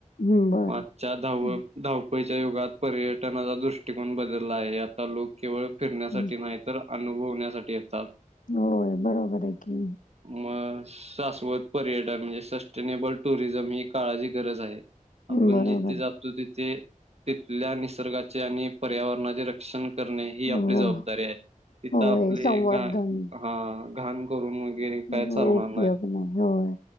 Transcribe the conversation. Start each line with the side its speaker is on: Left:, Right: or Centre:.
Left: हं, बरं.
Right: आजच्या धाव
Left: हं,
Right: धावपळीच्या युगात पर्यटनाचा दृष्टिकोन बदलला आहे आता लोक केवळ फिरण्यासाठी
Left: हं.
Right: नाहीत तर अनुभव होण्यासाठी येतात.
Left: होय बरोबर आहे की.
Right: मग शाश्वत पर्यटन म्हणजे सस्टेनेबल टुरिझम ही काळाची गरज आहे. आपण
Left: हं. बरोबर
Right: जिथे
Left: आहे.
Right: जातो तिथे तिथल्या निसर्गाचे आणि पर्यावरणाचे र क्षण करणे ही आपली
Left: हो,
Right: जबाबदारी आहे तिथ
Left: होय.
Right: आप
Left: संवर्धन
Right: घा हा घाण करून वगैरे काय
Left: उपयोग
Right: चालणार
Left: नाही होय